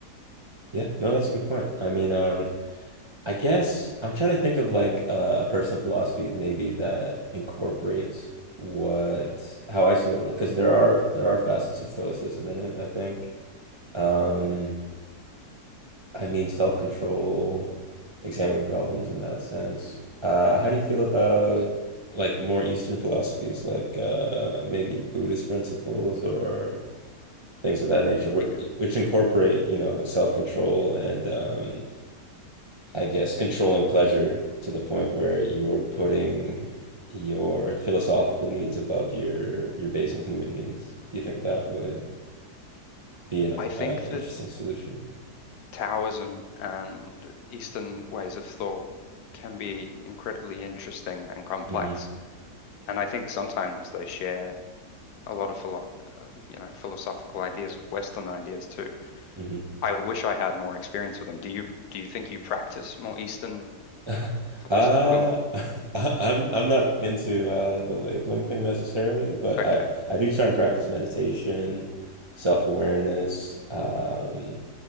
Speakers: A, on the right; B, on the left.
A: Yeah, no, that's a good point. I mean, um, I guess I'm trying to think of like uh, a personal philosophy maybe that incorporates what how I see the world because there are there are facets of stoicism in it, I think. Um, I mean self-control, examining problems in that sense. Uh, how do you feel about like more Eastern philosophies like uh maybe Buddhist principles or things of that nature, wh-
B: Yeah.
A: which incorporate, you know, self-control and um I guess, controlling pleasure to the point where you're putting your philosophical needs above your your basal human needs. Do you think that would be an
B: I think
A: uh, interesting
B: that
A: solution?
B: Taoism and Eastern ways of thought can be incredibly interesting and complex.
A: hmm
B: And I think sometimes they share a lot of philo uh, you know, philosophical ideas with Western ideas too.
A: hmm
B: I wish I had more experience with them. Do you do you think you practice more Eastern
A: <laughs>
B: philosophical?
A: Uh, <laughs> I- I'm I'm not into uh, the labeling thing necessarily, but
B: Okay.
A: I I do try and practice meditation, self-awareness, um,